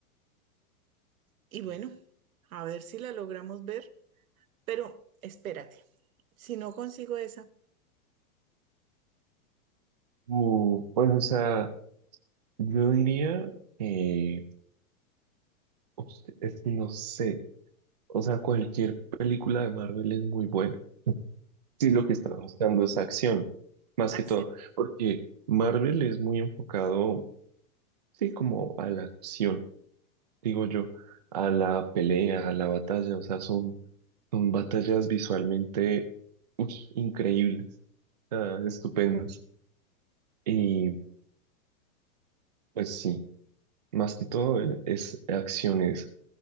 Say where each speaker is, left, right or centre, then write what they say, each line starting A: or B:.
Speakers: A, on the right; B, on the right.
A: y bueno, a ver si la logramos ver. Pero espérate, si no consigo esa,
B: Uh, pues, o sea, yo diría que, ups, es que no sé, o sea, cualquier película de Marvel es muy buena. <laughs> sí lo que está mostrando es acción, más
A: acción.
B: que todo, porque Marvel es muy enfocado, sí, como a la acción, digo yo, a la pelea, a la batalla, o sea, son, son batallas visualmente uy, increíbles, ah, estupendas. Y pues sí, más que todo eh, es acciones.